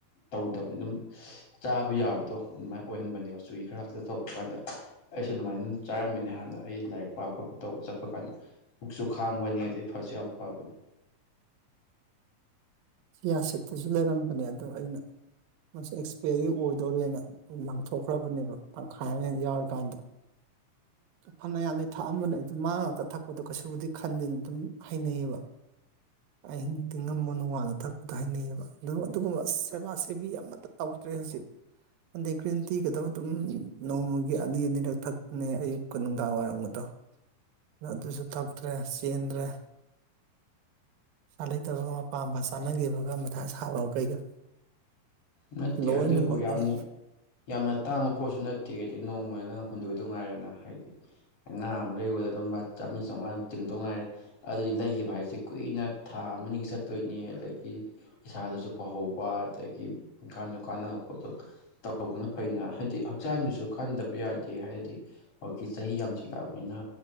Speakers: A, on the left; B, on the right.
A: ꯇꯧꯗꯕꯅꯤ ꯑꯗꯨꯝ ꯆꯥꯕ ꯌꯥꯕꯗꯣ ꯑꯗꯨꯃꯥꯏꯅ ꯑꯣꯏꯍꯟꯕꯅꯦꯕ ꯆꯨꯏ ꯈꯔꯁꯤꯗ ꯇꯧꯕ ꯀꯥꯟꯗ ꯑꯩꯁꯨ ꯑꯗꯨꯃꯥꯏꯅ ꯑꯗꯨꯝ ꯆꯥꯔꯝꯃꯤꯅꯦ ꯍꯥꯟꯅ ꯑꯩ ꯂꯥꯏꯔꯤꯛ ꯄꯥꯕ ꯈꯣꯠꯄ ꯇꯧꯕ ꯆꯠꯄ ꯄ ꯀꯥꯟꯗ ꯄꯨꯛꯁꯨ ꯈꯥꯡꯕꯅꯤ ꯑꯗꯨꯗꯩ ꯐꯁꯨ ꯌꯥꯝ ꯐꯕꯅꯤ
B: ꯁꯤ ꯌꯥ ꯁꯤꯠꯇꯁꯨ ꯂꯩꯔꯝꯕꯅꯦ ꯑꯗꯣ ꯑꯩꯅ ꯃꯁꯤ ꯑꯦꯛꯁꯄꯤꯌꯥꯔꯤ ꯑꯣꯏꯗꯧꯣꯔꯦꯅ ꯂꯥꯡꯊꯣꯛꯈ꯭ꯔꯕꯅꯦꯕ ꯇꯪꯈꯥꯏ ꯑꯃ ꯍ ꯌꯥꯎꯔꯤꯀꯥꯟꯗ ꯐꯅꯌꯥꯝꯗꯤ ꯊꯥꯛꯑꯝꯕꯅꯦ ꯑꯗꯨꯗ ꯃꯥ ꯉꯥꯛꯇ ꯊꯛꯄꯗꯣ ꯀꯩꯁꯨꯕꯨꯗꯤ ꯈꯟꯗꯦꯅ ꯑꯗꯨꯝ ꯍꯩꯅꯩꯌꯦꯕ ꯑꯍꯤꯡ ꯇꯤꯡꯉꯝꯕ ꯅꯣꯡꯉꯥꯜꯂ ꯊꯛꯄꯗꯣ ꯍꯩꯅꯩꯌꯦꯕ ꯑꯗꯨ ꯑꯗꯨꯒꯨꯝꯕ ꯁꯦꯕꯥ ꯁꯦꯕꯤ ꯑꯃꯇ ꯇꯧꯗ꯭ꯔꯦ ꯍꯧꯖꯤꯛ ꯑꯗꯩ ꯒ꯭ꯔꯤꯟ ꯇꯤꯒꯗꯧ ꯑꯗꯨꯝ ꯅꯣꯡꯃꯒꯤ ꯑꯅꯤ ꯑꯅꯤꯔꯛ ꯊꯛꯄꯅꯦ ꯑꯌꯨꯛꯀ ꯅꯨꯡꯗꯥꯡ ꯋꯥꯏꯔꯝꯒꯗꯣ ꯑ ꯑꯗꯨꯁꯨ ꯊꯛꯇ꯭ꯔꯦ ꯆꯦꯟꯗ꯭ꯔꯦ ꯆꯥ ꯂꯩꯇꯕꯒ ꯑꯄꯥꯝꯕ ꯇꯥꯟꯅꯈꯤꯕꯒ ꯃꯊꯥ ꯁꯥꯕꯒ ꯀꯩꯒ
A: ꯅꯠꯇꯦ
B: ꯂꯣꯏꯅꯃꯛꯅꯦ
A: ꯑꯗꯨꯕꯨ ꯌꯥꯝꯅ ꯌꯥꯝꯅ ꯇꯥꯡꯕ ꯄꯣꯠꯁꯨ ꯅꯠꯇꯦꯒꯗꯤ ꯅꯣꯡꯃꯗ ꯅꯪ ꯍꯨꯟꯗꯣꯏꯗ ꯉꯥꯏꯔꯦꯅ ꯍꯥꯏꯗꯤ ꯉꯥ ꯑꯃ ꯂꯩꯕꯗ ꯑꯗꯨꯝꯕ ꯆꯥꯝꯃꯔꯤ ꯆꯥꯝꯃꯉꯥ ꯇꯤꯡꯗꯧ ꯉꯥꯏꯔꯦ ꯑꯗꯨꯗꯤ ꯂꯩꯈꯤꯕ ꯍꯥꯏꯁꯤ ꯀꯨꯏꯅ ꯊꯥ ꯑꯃꯅꯤ ꯆꯠꯇꯣꯏꯅꯤ ꯑꯗꯒꯤ ꯏꯁꯥꯗꯁꯨ ꯐꯧꯍꯧꯕ ꯑꯗꯒꯤ ꯏꯪꯀꯥꯟꯁꯨ ꯀꯥꯟꯅꯕ ꯄꯣꯠꯇꯣ ꯇꯧꯕꯅ ꯐꯩꯅ ꯍꯥꯏꯗꯤ ꯍꯛꯆꯥꯡꯒꯤꯁꯨ ꯈꯟꯗꯕ ꯌꯥꯗꯦ ꯍꯥꯏꯗꯤ ꯍꯧꯖꯤꯛꯀꯤ ꯆꯍꯤ ꯌꯥꯝꯁꯤꯜꯂꯛꯑꯕꯅꯤꯅ